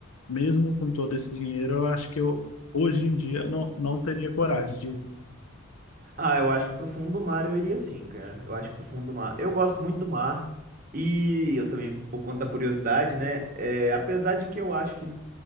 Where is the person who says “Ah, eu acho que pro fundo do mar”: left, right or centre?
Right